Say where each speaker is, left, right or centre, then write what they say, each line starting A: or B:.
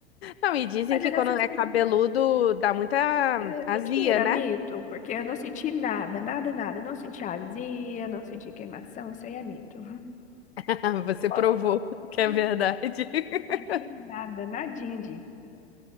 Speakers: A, on the left (about 65°); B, on the left (about 20°).
A: Não, e dizem
B: Mas
A: que
B: ele nasceu
A: quando
B: super.
A: é cabeludo dá muita
B: Eh,
A: azia,
B: Mentira,
A: né?
B: mito, porque eu não senti nada, nada, nada. Não senti azia, não senti queimação. Isso aí é mito.
A: <laughs> Você
B: Posso
A: provou
B: confirmar?
A: que
B: Não
A: é verdade. <laughs>
B: não senti nada, nadinha disso.